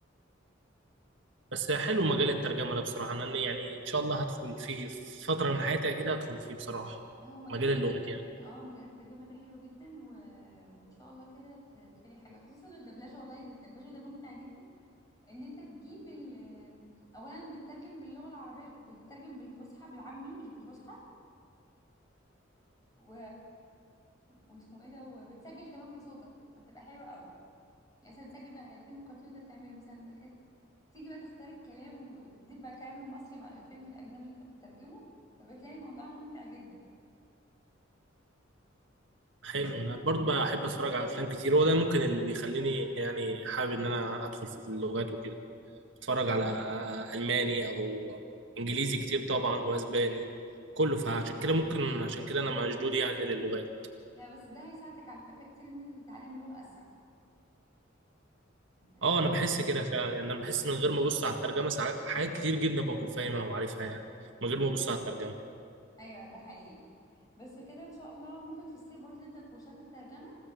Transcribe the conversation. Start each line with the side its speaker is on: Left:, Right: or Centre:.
Right: بس حلو مجال الترجمه ده بصراحه انا يعني ان شاء الله هدخل فيه في فتره من حياتي اكيد هدخل فيه بصراحه
Left: هو مجال
Right: مجال
Left: التر...
Right: اللغات يعني
Left: اه مجال الترجمة ده حلو جدا و... وان شاء الله كده ت- تلاقي حاجة خصوصا الدبلجة والله ده- الدبلجة ده ممتع جدا ان انت تجيب ال... اولا بتترجم باللغة العربية بتترجم بالفصحى بالعامي مش بالفصحى و... واسمه ايه ده وبتسجل كمان بصوتك فبتبقى حلوة قوي يعني مثلا تسجل بقى الفيلم الكرتون ده بتعمله مثلا كده. تيجي بقى تختار الكلام وتزيد بقى الكلام المصري مع الفيلم الاجنبي اللي انت بتترجمه فبتلاقي الموضوع ممتع جدا
Right: حلو انا برضو بحب اتفرج على افلام كتير هو ده ممكن اللي بيخليني يعني حابب ان انا ادخل في اللغات وكده اتفرج على الماني او انجليزي كتير طبعا واسباني كله فعشان كده ممكن عشان كده انا مشدود يعني للغات
Left: لا بس ده هيساعدك على فكرة كتير ان انت تتعلم اللغة اسرع انت- ال-
Right: اه انا بحس كده فعلا يعني انا بحس من غير ما ابص على الترجمه ساعات حاجات كتير جدا بكون فاهمها وعارفها يعني من غير ما ابص على الترجمه
Left: ايوه ده حقيقي بس كده ان شاء الله ممكن في الصيف برضه تبدأ كورسات الترجمة